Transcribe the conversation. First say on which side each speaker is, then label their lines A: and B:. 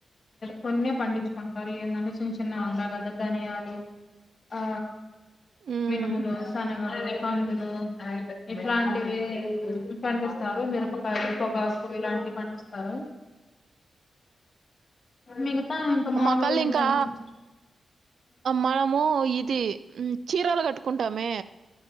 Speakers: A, on the left (about 45°); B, on the right (about 75°).
A: కొన్నే పండించుకుంటారు ఏంటంటే చిన్న చిన్న వి ధనియాలు ఆ
B: హ్మ్.
A: మినుములు, శనగలు కందులు ఇట్లాంటివి ఇట్ పండిస్తారు మిరపకాయలు పొగాకు ఇలాంటివి పండిస్తారు మిగతా ఇంకా మామూలు
B: మాకళ్ళ
A: ఏం
B: ఇంకా
A: పండించరు
B: మనము ఇది చీరలు కట్టుకుంటామే